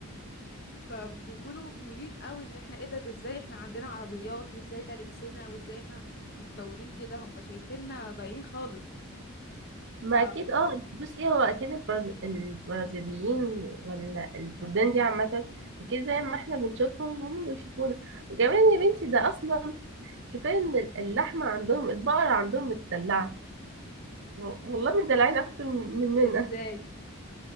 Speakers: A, on the left; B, on the right.
A: مم. فبيكونوا مبهورين قوي ان احنا ايه ده ده ازاي احنا عندنا عربيات وازاي ده لبسنا وازاي احنا متطورين كده هم شايفيننا ضايعين خالص
B: ما
A: ف
B: اكيد اه بصي هو اكيد البرز... البرازيليين ولا البلدان دي عامه اكيد زي ما احنا بنشوفهم هم بيشوفونا وكمان يا بنتي ده اصلا كفايه ان اللحمه عندهم البقر عندهم متدلعه والله مدلعين اكتر من- مننا
A: ازاي